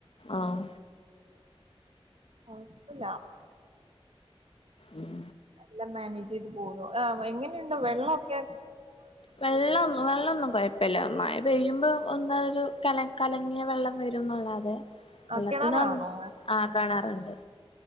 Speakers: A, on the left; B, on the right.
A: ആഹ
B: കുഴപ്പില്ല
A: ഉം
B: എല്ലാം മാനേജ് ചെയ്ത് പോകുന്നു് എങ്ങനെയുണ്ടോ വെള്ളമൊക്കെ്
A: വെള്ളമൊന്നും വെള്ളംന്നും കോഴപ്പി ല മഴ പയ്യുംമ്പോ ഒന്ന ഒരു കല കലങ്ങിയ വെള്ളം വരുംന്നുള്ളാതെ
B: ആ
A: വെള്ളത്തിന
B: കിണറാണോ
A: ആഹ് കിണറുണ്ട്